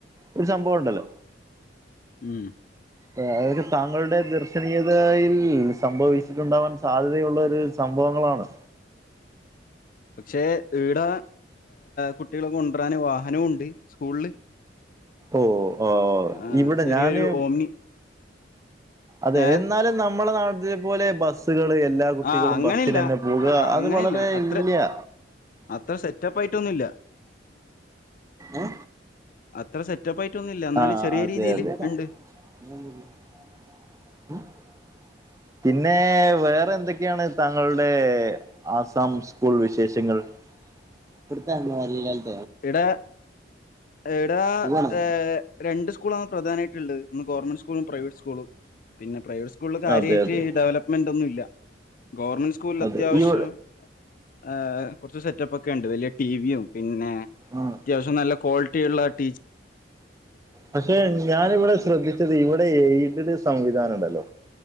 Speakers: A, on the right (about 15°); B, on the left (about 45°).
A: ഒരു സംഭവം ഉണ്ടല്ലോ
B: ഉം
A: അതായത് താങ്കളുടെ ദർശനീയതയിൽ സംഭവിച്ചിട്ടുണ്ടാവാൻ സാധ്യതയുള്ളൊരു സംഭവങ്ങളാണ്
B: പക്ഷേ ഈടെ കുട്ടികളെ കൊണ്ടരാന് വാഹനും ഉണ്ട് സ്കൂള്ല്
A: ഓഹ് ഓഹ്
B: ആഹ്
A: ഇവടെ
B: ചെറിയൊരു
A: ഞാന്
B: ഓമ്നി
A: അതെ
B: ഏഹ്
A: എന്നാലും നമ്മളെ നാട്ടിലെപോലെ ബസ്സ്‌കള് എല്ലാ കുട്ടികളും
B: ആഹ് അങ്ങനെയില്ല
A: ബസിലെന്നെ പോകാ
B: ആ
A: അത്
B: അങ്ങനെയില്ല
A: വളരെ
B: അത്ര
A: ഇല്ല്യാ
B: അത്ര സെറ്റപ്പായിട്ടൊന്നുല്ല
A: ഏ
B: അത്ര സെറ്റപ്പ് ആയിട്ടൊന്നില്ല എന്നാല്
A: ആഹ്
B: ചെറിയ
A: അതെ
B: രീതില്
A: അതെ
B: ഇണ്ട്
A: <unintelligible> പിന്നെ വേറെ എന്തേക്ക്യാണ് താങ്കളുടെ ആസാം സ്കൂൾ വിശേഷങ്ങൾ ഇവട്ത്തെ <unintelligible>
B: ഈടെ ഈടെ
A: പോവാണ്
B: ഏഹ് രണ്ട് സ്കൂളാണ് പ്രധാനായിട്ട്ള്ളേ ഒന്ന് ഗവൺമെന്റ് സ്കൂളും പ്രൈവറ്റ് സ്കൂളും പിന്നെ പ്രൈവറ്റ്സ് സ്കൂള്ല് കാര്യായിട്ട്
A: അതെ അതെ
B: ഡെവലപ്മെന്റ് ഒന്നുല്ല ഗവൺമെന്റ് സ്കൂള്ല്
A: അതെ
B: അത്യാവശ്യം
A: ഇവ
B: ഏ കൊറച്ച് സെറ്റപ്പൊക്കെ ഇണ്ട് വല്യ ടിവിയും പിന്നെ
A: ആഹ്
B: അത്യാവശ്യം നല്ല ക്വാളിറ്റിയുള്ള ടീ
A: പക്ഷെ ഞാനിവിടെ ശ്രദ്ധിച്ചത് ഇവിടെ എയ്ഡഡ് സംവിധാനണ്ടല്ലോ